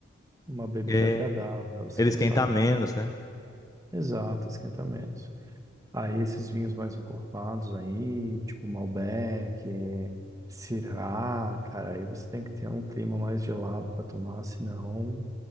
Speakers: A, on the right; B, on the left.
A: uma bebida
B: É,
A: agradável, assim,
B: eles quentam
A: sabe?
B: menos, né?
A: Exato, esquentamentos. Aí esses vinhos mais encorpados aí, tipo Malbec, Syrah, cara, aí você tem que ter um clima mais gelado para tomar, senão